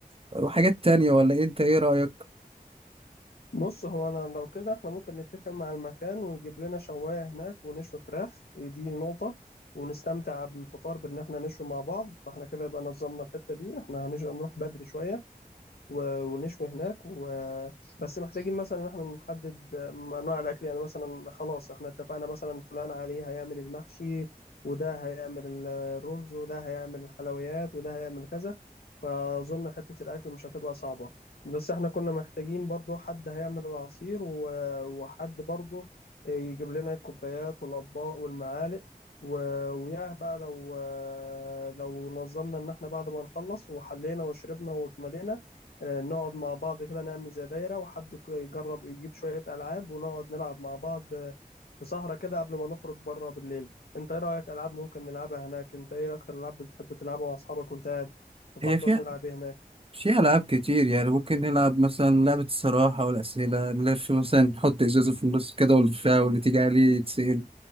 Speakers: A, on the right (about 35°); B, on the left (about 85°).
A: وحاجات تانية ولا إيه؟ انت ايه رأيك
B: بص هو انا لو كده احنا ممكن نتفق مع المكان ويجيب لنا شواية هناك ونشوي فراخ دي نقطة ونستمتع بالفطار بان احنا نشوي مع بعض فاحنا كده يبقى نظمنا الحتة دي احنا هنروح بدري شوية و- ونشوي هناك و... بس محتاجين مثلا ان احنا نحدد انواع الاكل يعني مثلا خلاص احنا اتفقنا مثلا فلان عليه هيعمل المحشي وده هيعمل ال- الرز وده هيعمل الحلويات وده هيعمل كذا فاظن حته الاكل مش هتبقى صعبه بس احنا كنا محتاجين برضو حد هيعمل العصير و... وحد برضو يجيب لنا الكوبايات والاطباق والمعالق و... وياه بقى لو لو نظمنا ان احنا بعد ما نخلص وحلينا وشربنا واتملينا آه، نقعد مع بعض كده نعمل زي دايرة وحد ك- يجرب يجيب شوية ألعاب ونقعد نلعب مع بعض آه، في سهرة كده قبل ما نخرج بره بالليل انت ايه رأيك ألعاب ممكن نلعبها هناك انت ايه أكتر ألعاب بتحب تلعبها مع أصحابك وانت قاعد تفضل
A: هي فيها
B: نلعب ايه هناك
A: فيها ألعاب كتير يعني ممكن نلعب مثلا لعبة الصراحة والأسئلة نلف مثلا نحط إزازة في النص كده ونلفها واللي تيجي عليه يتسأل